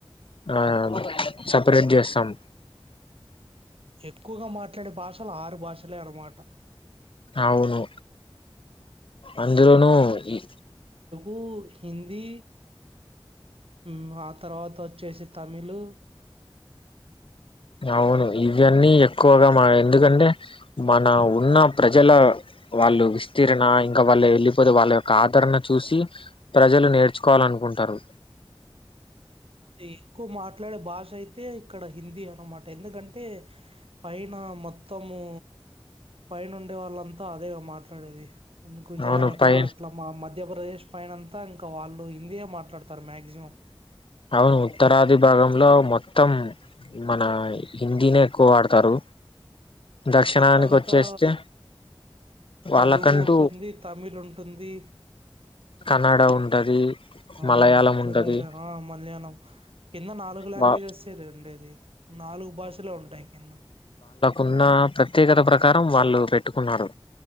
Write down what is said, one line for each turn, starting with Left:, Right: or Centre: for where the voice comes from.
Left: ఆ సపరేట్ చేస్తాం
Right: ఎక్కువగా మాట్లాడే భాషలు ఆరు భాష్ లే అనుమాటా
Left: అవును, అందులోనూ ఇ
Right: ఊ హిందీ ఆ హుమ్ తరవాత వచ్చేసి తమిలు
Left: అవును ఇవన్నీ ఎక్కువగా మ ఎందుకంటే మన ఉన్న ప్రజల వాళ్ళు విస్తీర్ణ ఇంకా వాళ్ళు వెళ్ళిపోతే వాళ్ళ యొక్క ఆదరణ చూసి ప్రజలు నేర్చుకోవాలనుకుంటారు
Right: ఎక్కువ మాట్లాడే భాష అయితే ఇక్కడ హిందీ అనమాట ఎందుకంటే పైన మొత్తము పైన ఉండే వాళ్ళంతా అదేగ మాట్లాడేది అంటే గుజరాత్
Left: అవును పై
Right: అట్లా మా మధ్యప్రదేశ్ పైనంతా ఇంకా వాళ్ళు హిందీయే మాట్లాడతారు మాక్సిమం
Left: అవును ఉత్తరాది భాగంలో మొత్తం మన హిందీనే ఎక్కువ వాడతారు దక్షిణానికి
Right: కిందంతా
Left: వచ్చేస్తే వాళ్ళకంటూ
Right: తెలుగు ఉంటుంది తమిళు ఉంటుంది
Left: కన్నడ ఉంటది
Right: అవును
Left: మలయాళం
Right: ఇంకా
Left: ఉంటది
Right: వేరే ఆ మల్యాళం కింద నాలుగు లాంగ్వేజస్సే
Left: వా
Right: రెన్ ఉండేది నాలుగు భాషలే ఉంటాయి కింద
Left: ఉన్నా ప్రత్యేకత ప్రకారం వాళ్ళు పెట్టుకున్నారు